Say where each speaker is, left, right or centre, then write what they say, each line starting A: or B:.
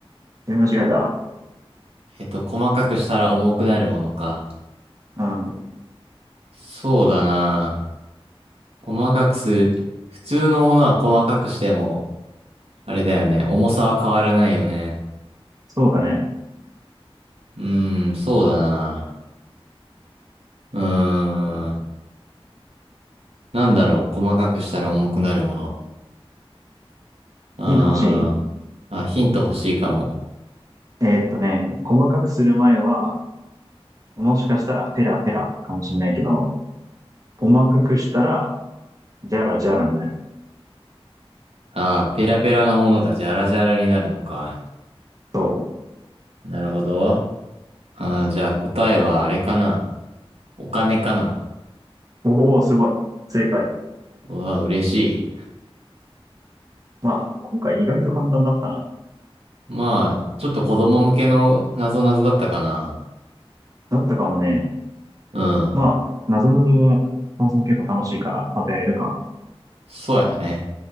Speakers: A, on the right; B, on the right.
A: 読み間違えた。
B: えっと、細かくしたら重くなるものか。
A: うん。
B: そうだな。細かくする。普通のものは細かくしても、あれだよね。重さは変わらないよね。
A: そうだね。
B: うーん、そうだな。うーん。なんだろう。細かくしたら重くなるもの。うーん。
A: ヒント欲しい
B: あ、ヒント欲しいかも。
A: えーっとね、細かくする前は、もしかしたらペラペラかもしれないけど、細かくしたら、ジャラジャラになる。
B: あー、ペラペラなものがジャラジャラになるのか。
A: そ
B: なるほど。あー、じゃあ答えはあれかな。お金かな。
A: う。おお、すごい。正解。
B: うわ、嬉しい。
A: まあ、今回意外と簡単だったな。
B: まあ、ちょっと子供向けのなぞなぞだったかな。
A: だったかもね。
B: うん。
A: まあ、なぞなぞは、そもそも結構楽しいから、またやれるか。
B: そうやね。